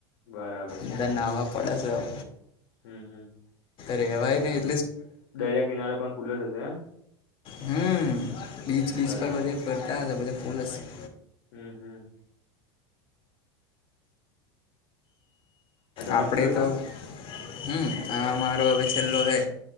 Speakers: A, on the left (about 65°); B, on the left (about 40°).
A: બરાબર.
B: બધા નાહવા પડે છે અવે
A: હમ હમ.
B: રેવાય નઈ.
A: દરિયા કિનારો પણ ફૂલ જ હશે ને
B: હમ બીચ બીચ
A: બરાબર
B: પર બધે ફરતા હતા બધે ફૂલ હશે
A: હમ હમ. આ તમાર
B: આપણે
A: છેલ્લો ટાસ્ક
B: તો હમ આ મારો હવે છેલ્લો હે